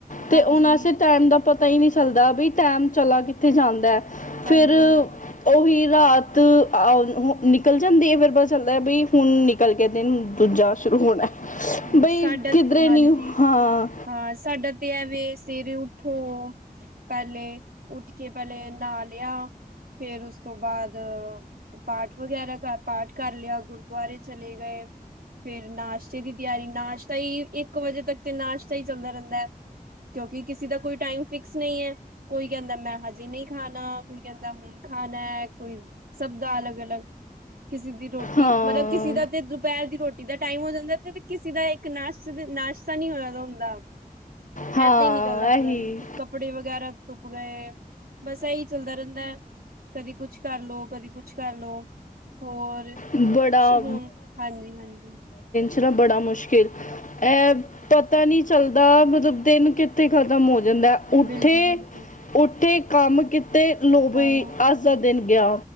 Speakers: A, on the left (about 55°); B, on the right (about 70°).
A: ਤੇ
B: ਹਾਂਜੀ
A: ਹੁਣ ਅਸੀ ਟੈਮ ਦਾ ਪਤਾ ਪਤਾ ਹੀ ਨਹੀਂ ਚੱਲਦਾ ਵੀ ਟਾਈਮ ਚਲਾ ਕਿੱਥੇ ਜਾਂਦਾ ਹੈ?
B: ਹਾਂਜੀ
A: ਫਿਰ
B: ਹਾਂਜੀ
A: ਉਹੀ। ਰਾਤ ਅਹ ਹੁਣ ਨਿਕਲ ਜਾਂਦੀ ਏ ਫੇਰ ਪਤਾ ਚੱਲਦੈ ਬਈ ਹੁਣ। ਕਲ ਕੇ ਦਿਨ ਦੂਜਾ ਸ਼ੁਰੂ ਹੋਣਾ। ਹੈ।
B: ਹਾਂਜੀ,
A: ਬਈ
B: ਸਾਡਾ
A: ਕਿਧਰੇ
B: ਤ ਹਾਂਜੀ,
A: ਨਹੀਂ ਹਾਂ
B: ਹਾਂ ਸਾਡਾ ਤੇ ਐਵੇਂ ਸੇਰੇ ਉੱਠੋ ਪੈਲੇ ਉੱਠ ਕੇ ਪੈਲੇ ਨਾਅ ਲੇਆ, ਫੇਰ ਉਸ ਤੋਂ ਬਾਦ ਪਾਠ ਵਗੈਰਾ ਕ, ਪਾਠ ਕਾਰ ਲੇਆ ਗੁਰਦੁਆਰੇ ਚਲੇ ਗਏ, ਫੇਰ ਨਾਸ਼ ਤੇ ਦੀ ਤੇਆਰੀ ਨਾਸ਼ਤਾ ਈ ਇੱਕ ਵਜੇ ਤੱਕ ਤੇ ਨਾਸ਼ਤਾ ਈ ਚੱਲਦਾ ਰੈਂਦਾ, ਕੇਓਂਕਿ ਕਿਸੇ ਦਾ ਕੋਈ ਟਾਈਮ ਫਿਕਸ ਨਈ ਐ, ਕੋਈ ਕੈਂਦਾ ਮੈਂ ਹਜੇ ਨਈ ਖਾਣਾ ਕੋਈ ਕੈਂਦਾ ਹੁਣ ਖਾਣਾ ਕੋਈ ਸਬ ਦਾ ਅਲੱਗ- ਅਲੱਗ ਕਿਸੇ ਦੀ ਰੋਟੀ,
A: ਹਾਂ
B: ਮਤਲਬ ਕਿਸੀ ਦਾ ਤੇ ਦੁਪੈਰ ਦੀ ਰੋਟੀ ਦਾ ਟਾਈਮ ਹੋ ਜਾਂਦਾ ਐ ਤੇ ਕਿਸੇ ਦਾ ਏੱਕ ਨਾਸ਼ਤ, ਨਾਸ਼ਤਾ ਨੀ ਹੋਏਆ ਦਾ ਹੁੰਦਾ।
A: ਹਾਂ
B: ਐਦਾਂ ਈ ਨਿਕਲਦਾ
A: ਇਹੀ
B: ਪੂਰਾ ਦਿਨ ਫਿਰ ਕੱਪੜੇ ਵਗੈਰਾ ਸੁੱਕ ਗਏ, ਬਸ ਐਈ ਚੱਲਦਾ ਰੈਂਦਾ, ਕਦੀ ਕੁਛ ਕਾਰ ਲੋ ਕਦੀ ਕੁਛ ਕਾਰ ਲੋ ਹੋਰ,
A: ਬੜਾ
B: ਹੁਣ ਹਾਂਜੀ-ਹਾਂਜੀ।
A: ਏੱਥੇ ਨਾਂ ਬੜਾ ਮੁਸ਼ਕਿਲ, ਐ ਪਤਾ ਨੀ ਚੱਲਦਾ ਮੂਝੇ ਦਿਨ ਕਿੱਥੇ ਖਤਮ ਹੋ ਜਾਂਦਾ ਉੱਠੇ,
B: ਬਿਲਕੁਲ ਬਿਲਕੁਲ
A: ਉੱਠੇ ਕੰਮ ਕਿੱ ਤੇ ਲੋ ਬੀ,
B: ਹਾਂ
A: ਅੱਜ ਦਾ ਦੇਨ ਗੇਆ,